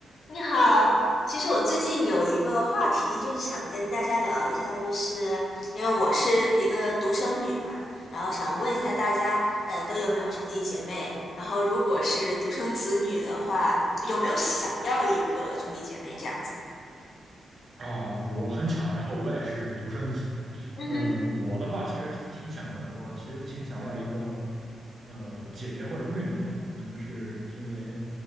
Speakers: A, on the left; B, on the right.
A: 你好，其实我最近有一个话题，就是想跟大家聊一下，就是因为我是一个独生女嘛，然后想问一下大家，呃，都有没有兄弟姐妹？然后如果是独生子女的话，有没有想要一个兄弟姐妹这样子？
B: 哦，我很巧，然后我也是独生子。
A: 嗯哼，
B: 呃，我的话其实挺想过的，我其实挺想要一个呃姐姐或者妹妹的。我可能是因为